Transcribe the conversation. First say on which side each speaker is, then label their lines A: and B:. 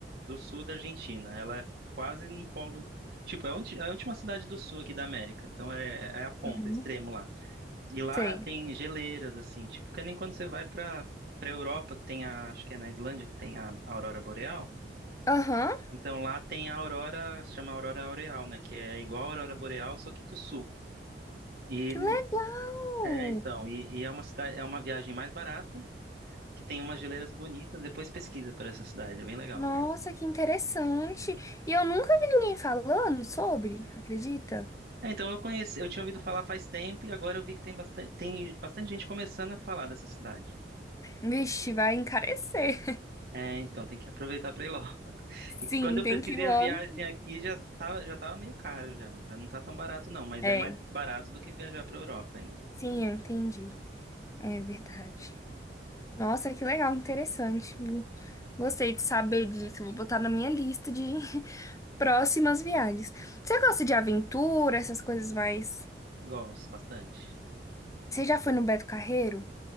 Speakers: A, on the right; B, on the left.
A: do sul da Argentina. Ela é quase no polo. Tipo, é a ulti- é a última cidade do sul aqui da América. Então é, é a ponta,
B: Uhum.
A: extremo lá. E lá
B: Sei.
A: tem geleiras, assim, tipo, que nem quando você vai pra, pra Europa, que tem a. Acho que é na Islândia que tem a, a Aurora Boreal.
B: Aham,
A: Então lá tem a aurora, se chama aurora aureal, né? Que é igual a aurora boreal, só que do sul. E
B: que legal!
A: é, então, e, e é uma cidade, é uma viagem mais barata, que tem umas geleiras bonitas. Depois pesquisa por essa cidade, é bem legal.
B: Nossa, que interessante! E eu nunca vi ninguém falando sobre, acredita?
A: É, então eu conheci, eu tinha ouvido falar faz tempo e agora eu vi que tem bastante, tem bastante gente começando a falar dessa cidade.
B: Vixe, vai encarecer. <laughs>
A: É, então tem que aproveitar para ir logo. <laughs> E
B: Sim,
A: quando eu
B: tem
A: pesquisei
B: que ir logo.
A: a viagem aqui já tava, já tava meio caro já, já não tá tão barato não, mas
B: É.
A: é mais barato do que viajar para Europa ainda.
B: Sim, eu entendi. É verdade. Nossa, que legal, interessante. Hum, Gostei de saber disso. Vou botar na minha lista de <laughs> próximas viagens. Você gosta de aventura, essas coisas mais.
A: Gosto bastante.
B: Você já foi no Beto Carreiro?